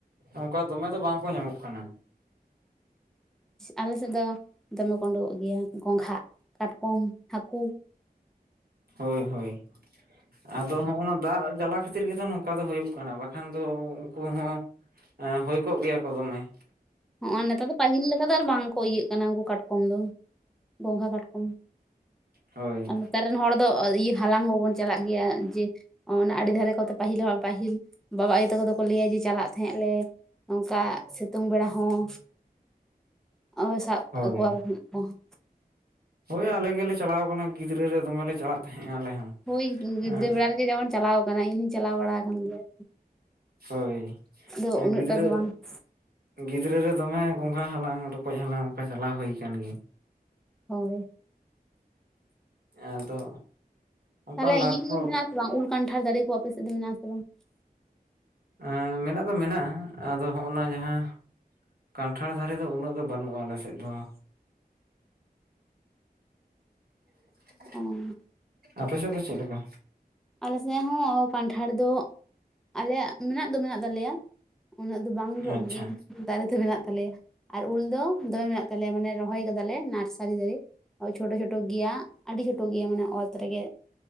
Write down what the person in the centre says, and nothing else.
ᱟᱞᱮ ᱥᱮᱫ ᱫᱚ ᱫᱚᱢᱮ ᱠᱚ ᱩᱰᱩᱠᱚᱜ ᱜᱮᱭᱟ ᱜᱚᱝᱜᱷᱟ ᱠᱟᱴᱠᱚᱢ ᱦᱟᱹᱠᱩ
ᱦᱚᱸᱜᱼᱚᱭ ᱱᱮᱛᱟᱨ ᱫᱚ ᱯᱟᱹᱦᱤᱞ ᱞᱮᱠᱟ ᱫᱚ ᱟᱨ ᱵᱟᱝ ᱠᱚ ᱤᱭᱟᱹᱜ ᱠᱟᱱᱟ ᱩᱱᱠᱩ ᱠᱟᱴᱠᱚᱢ ᱫᱚ ᱜᱚᱸᱜᱷᱟ ᱠᱟᱴᱠᱚᱢ ᱾
ᱟᱨ ᱱᱮᱛᱟᱨ ᱨᱮᱱ ᱦᱚᱲ ᱫᱚ ᱤᱭᱟᱹ ᱦᱟᱞᱟᱝ ᱦᱚᱸ ᱵᱚᱱ ᱪᱟᱞᱟᱜ ᱜᱮᱭᱟ ᱡᱮ ᱚᱱᱟ ᱟᱹᱰᱤ ᱫᱷᱟᱨᱮ ᱠᱚᱛᱮ ᱯᱟᱹᱦᱤᱞ ᱦᱚᱲ, ᱯᱟᱹᱦᱤᱞ ᱵᱟᱵᱟ ᱟᱭᱳ ᱛᱟᱠᱚ ᱫᱚᱠᱚ ᱞᱟᱹᱭᱟ ᱡᱮ ᱪᱟᱞᱟᱜ ᱛᱟᱦᱮᱸᱜ ᱞᱮ ᱾ ᱚᱝᱠᱟ ᱥᱤᱛᱩᱝ ᱵᱮᱲᱟ ᱦᱚᱸ, ᱳᱭ ᱥᱟᱵ
ᱠᱚᱣᱟ <unintelligible>
ᱦᱳᱭ ᱜᱤᱫᱽᱨᱟᱹ
ᱵᱮᱲᱟ ᱨᱮᱜᱮ ᱡᱟ ᱵᱚᱱ ᱪᱟᱞᱟᱣ ᱠᱟᱱᱟ ᱤᱧ ᱦᱚᱸᱧ ᱪᱟᱞᱟᱣ ᱵᱟᱲᱟ ᱠᱟᱱ ᱜᱮᱭᱟ
ᱟᱫᱚ ᱩᱱᱟᱹᱜ
ᱴᱟᱜ ᱫᱚ ᱵᱟᱝ ᱾
ᱦᱳᱭ ᱾
ᱛᱟᱦᱚᱞᱮ
ᱤᱭᱟᱹ ᱠᱚᱫᱚ
ᱢᱮᱱᱟᱜ ᱟᱥᱮ ᱵᱟᱝ ᱩᱞ ᱠᱟᱱᱴᱷᱟᱲ ᱫᱟᱨᱮ ᱠᱚ ᱟᱯᱮ ᱥᱮᱫ ᱫᱚ ᱢᱮᱱᱟᱜᱼᱟ ᱟᱥᱮ ᱵᱟᱝ?
<inaudible>
ᱚᱸ ᱾
ᱟᱞᱮ ᱥᱮᱫ ᱦᱚᱸ ᱠᱟᱱᱴᱷᱟᱲ ᱫᱚ ᱟᱞᱮᱭᱟᱜ ᱢᱮᱱᱟᱜ ᱫᱚ ᱢᱮᱱᱟᱜ ᱛᱟᱞᱮᱭᱟ ᱩᱱᱟᱹᱜ ᱫᱚ ᱵᱟᱝ ᱡᱚᱜ
ᱜᱮᱭᱟ ᱾ ᱫᱟᱨᱮ ᱫᱚ ᱢᱮᱱᱟᱜ ᱛᱟᱞᱮᱭᱟ, ᱟᱨ ᱩᱞ ᱫᱚ ᱫᱚᱢᱮ ᱢᱮᱱᱟᱜ ᱛᱟᱞᱮᱭᱟ ᱢᱟᱱᱮ ᱨᱚᱦᱚᱭ ᱠᱟᱫᱟᱞᱮ ᱱᱟᱨᱥᱟᱨᱤ ᱫᱟᱨᱮ ᱾ ᱪᱷᱳᱴᱳ ᱪᱷᱳᱴᱳ ᱜᱮᱭᱟ᱾ ᱟᱹᱰᱤ ᱪᱷᱳᱴᱳ ᱜᱮᱭᱟ᱾ ᱢᱟᱱᱮ ᱚᱛ ᱨᱮᱜᱮ